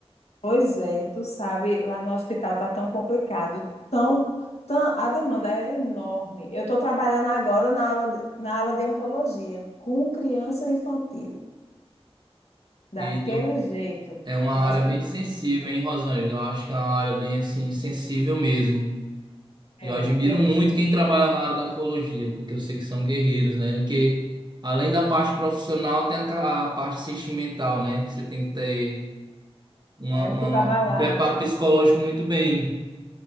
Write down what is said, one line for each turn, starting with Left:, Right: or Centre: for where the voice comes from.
Left: Pois é, tu sabe, lá no hospital tá tão complicado, tão, tão, a demanda é enorme. Eu estou trabalhando agora na ala, de- na ala de oncologia com criança infantil, daquele
Right: Então,
Left: jeito,
Right: é uma
Left: no
Right: área
Left: hospital.
Right: bem sensível, hein, Rosângela? Eu acho que é uma área bem, assim, sensível mesmo. E
Left: É,
Right: eu admiro
Left: eu,
Right: muito quem trabalha na área da oncologia, porque eu sei que são guerreiros, né? Porque além da parte profissional, tem a ca- a parte sentimental, né? Que você tem que ter. uma-
Left: é, eu
Right: uma-
Left: fico abalada.
Right: um preparo psicológico muito bem.